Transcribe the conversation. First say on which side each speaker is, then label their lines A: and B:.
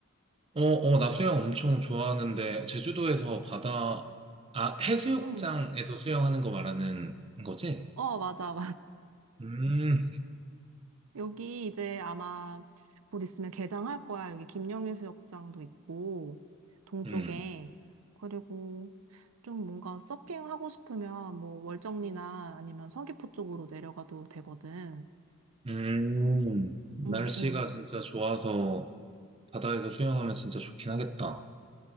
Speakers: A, on the right; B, on the right.
A: 어, 나 수영 엄청 좋아하는데, 제주도에서 바다, 아, 해수욕장에서
B: 응.
A: 수영하는 거 말하는 거지?
B: 어, 맞아.
A: 음,
B: 여기 이제 아마 곧 있으면 개장할 거야. 여기 김영해수욕장도 있고, 동쪽에.
A: 음,
B: 그리고 좀 뭔가 서핑하고 싶으면 뭐 월정리나 아니면 서귀포 쪽으로 내려가도 되거든.
A: 음, 날씨가
B: 응, 응. <laughs>
A: 진짜 좋아서 바다에서 수영하면 진짜 좋긴 하겠다.